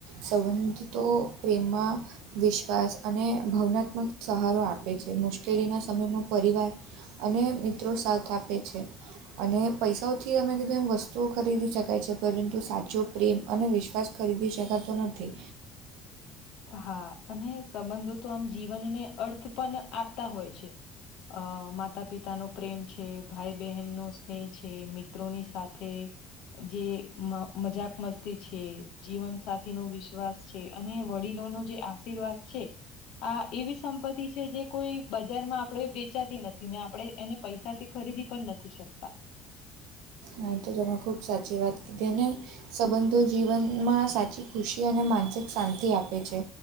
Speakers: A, on the right; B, on the left.
A: સંબંધ તો પ્રેમમાં. વિશ્વાસ અને ભાવનાત્મક સહારો આપે છે મુશ્કેલીના સમયમાં પરિવાર. અને મિત્રો સાથ આપે છે અને પૈસાઓથી અમે કીધું એ વસ્તુ. ો ખરીદી શકાય છે પરંતુ સાચો પ્રેમ અને વિશ્વાસ ખરીદી શકાતો નથી.
B: હા અને સંબંધો તો આમ જીવનને અર્થ. પણ આપતા હોય છે માતા પિતાનો. પ્રેમ છે ભાઈ બહેનનોો સ્નેહ છે મિત્રોની સાથે. જે મજાક મસ્તી છે જીવનસાથી નો વિશ્વાસ છે અને. વડીલો નો જે આશીર્વાદ છે. આ એવી સંપત્તિ છે જે કોઈ બજારમાં આપડણે વેચાતી નથી ને આપણે. એને પૈસા થી ખરીદી પણ નથી શકતા
A: અહી તો તમે ખૂબ સાચી વાત કીધી ને. સંબંધો જીવનમાં સાચી ખુશી અને માનસિક શાંતિ આપે છે.